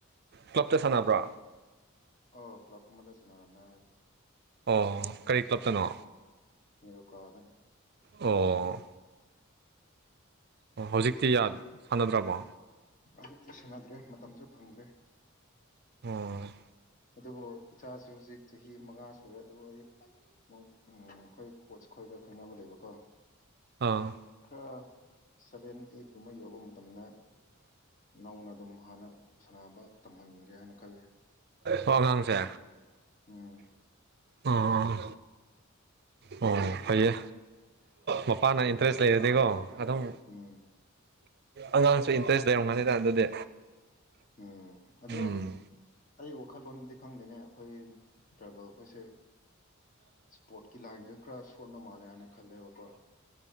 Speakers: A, on the right; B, on the left.
A: ꯀ꯭ꯂꯞꯇ ꯁꯥꯟꯅꯕ꯭ꯔꯥ
B: ꯑꯣ ꯀ꯭ꯂꯞ ꯑꯃꯗ ꯁꯅꯔꯝꯃꯦ
A: ꯑꯣ ꯀꯔꯤ ꯀ꯭ꯂꯞꯇꯅꯣ
B: ꯅꯦꯔꯣꯀꯗ
A: ꯑꯣ ꯑꯣ ꯍꯧꯖꯤꯛꯇꯤ ꯌꯥ ꯁꯥꯟꯅꯗ꯭ꯔꯕꯣ
B: ꯑꯖꯤꯛꯇꯤ ꯁꯦꯟꯅꯗ꯭ꯔꯦ ꯃꯇꯝꯁꯨ ꯐꯪꯗ꯭ꯔꯦ
A: ꯑꯣ
B: ꯑꯗꯨꯕꯨ ꯏꯆꯥꯁꯨ ꯍꯧꯖꯤꯛ ꯆꯍꯤ ꯃꯉꯥ ꯁꯨꯔꯦ ꯑꯗꯨ ꯑꯩ ꯑꯃꯨꯛ ꯑꯈꯣꯏ ꯀꯣꯆ ꯈꯣꯏꯒ ꯈꯪꯅꯕ ꯂꯩꯕꯀꯣ
A: ꯑꯥ
B: ꯈꯔ ꯁꯚꯦꯟ ꯑꯩꯠ ꯀꯨꯝꯕ ꯌꯧꯕ ꯃꯇꯝꯗ ꯅꯧꯅ ꯑꯗꯨꯝ ꯍꯥꯟꯅ ꯁꯥꯟꯅꯕ ꯇꯝꯍꯟꯒꯦ ꯍꯥꯏꯅ ꯈꯂꯦ
A: ꯑꯣ ꯑꯉꯥꯡꯁꯦ
B: ꯎꯝ
A: ꯑꯥ ꯑꯣ ꯐꯩꯌꯦ ꯃꯄꯥꯅ ꯏꯟꯇꯔꯦꯁ ꯂꯩꯔꯗꯤꯀꯣ ꯑꯗꯨꯝ
B: ꯎꯝ
A: ꯑꯉꯥꯡꯁꯨ ꯏꯟꯇꯔꯦꯁ ꯂꯩꯔꯝꯒꯅꯤ ꯑꯗꯨꯗꯤ
B: ꯎꯝ ꯑꯗꯣ
A: ꯎꯝ
B: ꯑꯩ ꯋꯥꯈꯜꯂꯣꯟꯗꯤ ꯈꯪꯗꯦꯅꯦ ꯑꯈꯣꯏ ꯇ꯭ꯔꯥꯏꯕꯦꯜ ꯑꯈꯣꯏꯁꯦ ꯏꯁꯄꯣꯔꯠꯀꯤ ꯂꯥꯏꯟꯗ ꯈꯔ ꯁꯣꯟꯕ ꯃꯥꯜꯂꯦ ꯍꯥꯏꯅ ꯈꯜꯂꯦꯕꯀꯣ